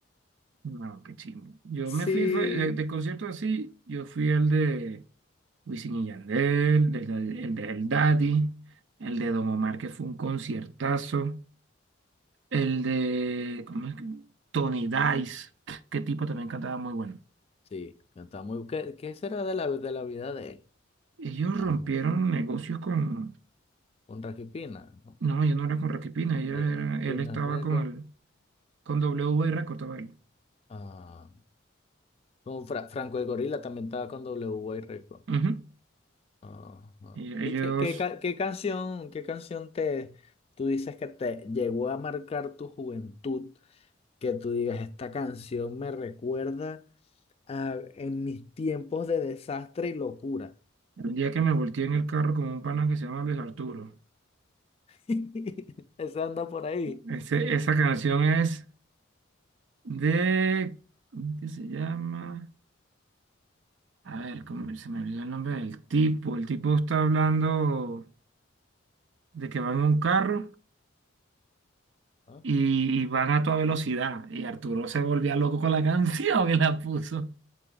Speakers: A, on the right; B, on the left.
A: No, qué chimbo. Yo
B: Sí.
A: me fui fue, de, de conciertos así, yo fui el de Wisin y Yandel, del- el, el de El Daddy, el de Don Omar, que fue un conciertazo, el de, ¿cómo es que? Tony Dice, <sniffs> qué tipo también cantaba muy bueno.
B: Sí, está muy... ¿Qué, qué será de la, de la vida de él?
A: Ellos
B: Más
A: rompieron negocios con,
B: Un Rocky Pina, ¿no?
A: no, yo no era con Rocky Pina ellos
B: Eh,
A: era, él
B: Pina
A: estaba
B: Record.
A: con el, con W cortaba él.
B: Ah, como Fra- Franco el Gorila también estaba con W y Record.
A: Ujú.
B: Ajá.
A: Y Ellos,
B: ¿Y qué, qué, ca- qué canción, qué canción te, tú dices que te llegó a marcar tu juventud? Que tú digas, esta canción me recuerda a, en mis tiempos de desastre y locura.
A: el día que me volteé en el carro con un pana que se llama Luis Arturo.
B: <laughs> Esa anda por ahí.
A: Ese- esa canción es. de, ¿cómo que se llama? A ver, ¿cómo se me olvidó el nombre del tipo? El tipo está hablando de que van en un carro
B: ah,
A: y, y van a toda velocidad. Y Arturo se volvía loco con la <laughs> canción que la puso.